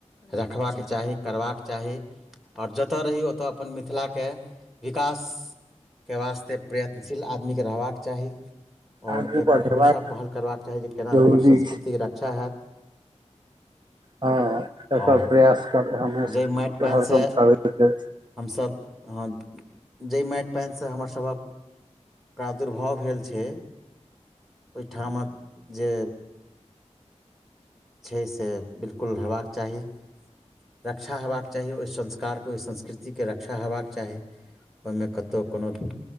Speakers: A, in the centre; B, on the right.
A: रखबाक चाही करबाक चाही आओर जतय रही ओतय अपन मिथिलाके विकासके वास्ते प्रयत्नशील आदमीकेँ रहबाक चाही और
B: आगू
A: एहिपर
B: बढ़ेबाक
A: हमेशा पहल करबाक चाही जे केना
B: जरूरी
A: हमर संस्कृतिक
B: छै
A: रक्षा हैत
B: हँ एकर
A: आओर
B: प्रयास कर कऽ हमे
A: जाहि माटि पानिसँ
B: हरदम करबैके
A: हमसभ हँ जहिमे पानिसँ हमरसभक प्रादुर्भाव भेल छै ठां हमर जे छै से बिलकुल हेबाक चाही रक्षा हेबाक चाही ओहि संस्कारके ओहि संस्कृतिके रक्षा हेबाक चाही ओहिमे कतहु कोनो